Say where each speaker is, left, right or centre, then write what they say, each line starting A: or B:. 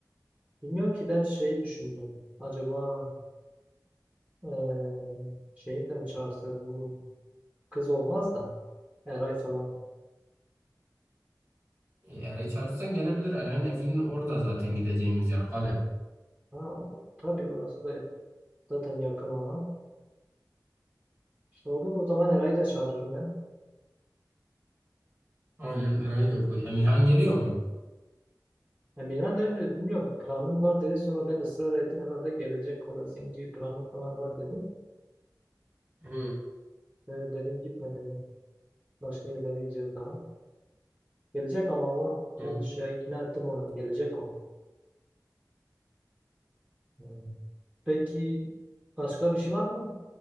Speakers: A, on the right (about 20°); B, on the right (about 35°).
A: Bilmiyorum ki ben şeyi düşündüm. Acaba eee şeyi de mi çağırsak bu kız olmaz da Eray falan.
B: E, Eray'ı çağırırsan gelebilir. Eray'ın evinin orada zaten gideceğimiz yer kale.
A: Ha, o- tabii orası da zaten yakın ona. İşte olur o zaman Eray'ı da çağırırım ben.
B: Aynen Eray'ı da koy. Emirhan geliyor mu?
A: Emirhan da önce bilmiyorum planım var dedi. Sonra ben ısrar ettim herhalde gelecek o da senin gibi planın falan var dedi.
B: Hı
A: E, dedim gitme dedim. Başka yerlere gideceğiz daha. Gelecek ama o
B: hı.
A: ben şey ikna ettim onu. Gelecek o. Hmm. Peki başka bir şey var mı?